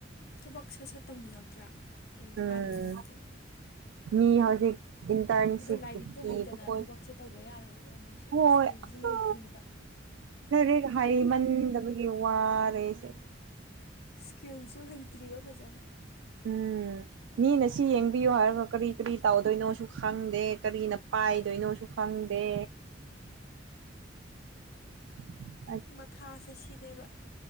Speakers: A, on the left (about 55°); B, on the right (about 75°).
A: ꯊꯕꯛ ꯁꯠ ꯁꯠ ꯇꯧꯅꯤꯡꯉꯛꯇ꯭ꯔꯥ ꯀꯣꯂꯦꯖ
B: ꯎꯝ
A: ꯀꯥꯗꯣꯏ ꯁꯔꯨꯛꯄꯨꯗꯤ
B: ꯃꯤ ꯍꯧꯖꯤꯛ ꯏꯟꯇꯔꯟꯁꯤꯞꯀꯤ
A: ꯑꯗꯣ ꯂꯥꯏꯔꯤꯛꯇꯣ
B: ꯊꯤꯕ
A: ꯍꯩꯇꯅ
B: ꯍꯣꯏ
A: ꯊꯕꯛꯁꯦ ꯇꯧꯕ ꯌꯥꯔꯣꯏꯕ ꯑꯃꯨꯛꯁꯨ
B: ꯍꯣꯏ
A: ꯏꯁꯀꯤꯜꯁꯨ
B: ꯑꯍꯥ
A: ꯂꯩꯇ꯭ꯔꯤꯕ
B: ꯂꯥꯏꯔꯤꯛ ꯍꯩꯃꯟꯗꯕꯒꯤ ꯋꯥꯔꯦ ꯑꯩꯁꯦ
A: ꯁ꯭ꯀꯤꯜꯖꯨ ꯍꯩꯇ꯭ꯔꯤꯕ ꯐꯖꯟꯅ
B: ꯎꯝ ꯃꯤꯅ ꯁꯤ ꯌꯦꯡꯕꯤꯌꯨ ꯍꯥꯏꯔꯒ ꯀꯔꯤ ꯀꯔꯤ ꯇꯧꯗꯣꯏꯅꯣꯁꯨ ꯈꯪꯗꯦ ꯀꯔꯤꯅ ꯄꯥꯏꯗꯣꯏꯅꯣꯁꯨ ꯈꯪꯗꯦ <unintelligible>
A: ꯃꯊꯥꯁꯦ ꯁꯤꯅꯦꯕ